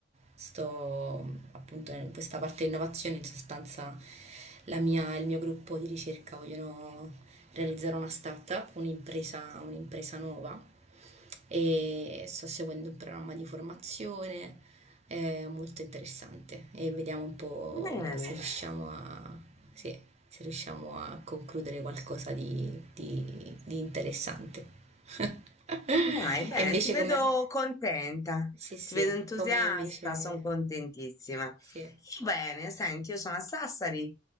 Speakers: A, on the right (about 35°); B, on the left (about 15°).
A: sto appunto in questa parte di innovazione. In sostanza, la mia- il mio gruppo di ricerca vogliono realizzare una startup, un'impresa, un'impresa nuova. E sto seguendo un programma di formazione eh, molto interessante e vediamo un po'
B: Bene,
A: se riusciamo a, se se riusciamo a concludere qualcosa di, di- di interessante. <laughs>
B: dai, bene,
A: E invece
B: ti vedo
A: com'è?
B: contenta,
A: Sì, sì,
B: ti vedo entusiasta,
A: com'è invece?
B: sono contentissima.
A: Sì.
B: Bene, senti, io sono a Sassari